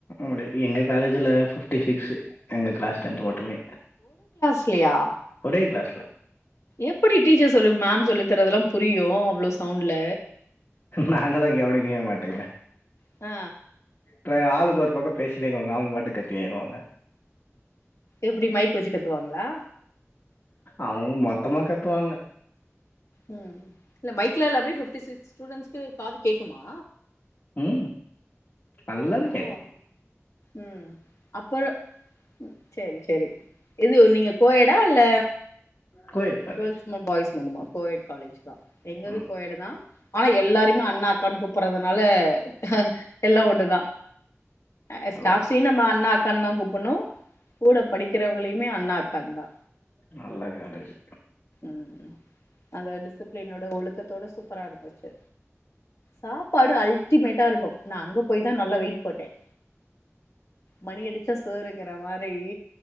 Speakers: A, on the left; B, on the left.
A: முடியாது எங்க காலேஜ்ல ஃபிஃப்ட்டி சிக்ஸு எங்க கிளாஸ் டென்த் மட்டுமே
B: கிலியா
A: ஏ கிளாஸ் ல
B: எப்டி டீச்சர் சொல்லி மேம் சொல்லித்தரதெல்லா புரியு அவ்ளோ சவுண்ட்ல
A: நாங்கதா கெவனிகவே மாட் டம்மே
B: ஆ
A: ட்ரே ஆளுக்கு ஒரு பக்கோ பேசினே இருக்கவ்ங்க அவ்ங்க பாட்டுக்கு கத்தினே இருக்கவ்ங்க
B: எப்டி மைக் வச்சி கத்துவாங்களா
A: அவ்ங்க மொத்தமா கத்துவாங்க
B: ம் இல்ல மைக்ல எல்லாமே ஃபிஃப்டி சிக்ஸ் ஸ்டூடண்ஸ்க்கு காது கேக்குமா
A: ம் நல்லாவே
B: ஆ
A: கேக்கும்
B: ம் அப்பறோ செரி செரி இது நீங்க கோ எட் ட இல்ல
A: கோயட் காலேஜ்
B: கேள்ஸூமா பாய்ஸ் மட்டுமா கோயெட் காலேஜ் எங்கதும்
A: ம்
B: கோயெடு தா ஆ எல்லாரையுமே அண்ணா அக்கானு கூப்பறதுனால அது எல்லா ஒண்ணுதா அ ஸ்டாப்சே
A: எல்லாம்
B: நம்ம அண்ணாக் கண்ணா கூப்புண்ணு கூட படிகிறவுகளையுமே அண்ணா அக்கான் தா
A: நல்ல காலேஜ்
B: ம் அந்த டிசிப்ளினோட ஒழுக்கத்தோட சூப்பரா இருந்துச்சு சாப்பாடு அல்டிமேட்டாருக்கும் நா அங்க போய் தா நல்லா வெய் போட்டேன் மணி அடிச்சா சோருங்கற மாரி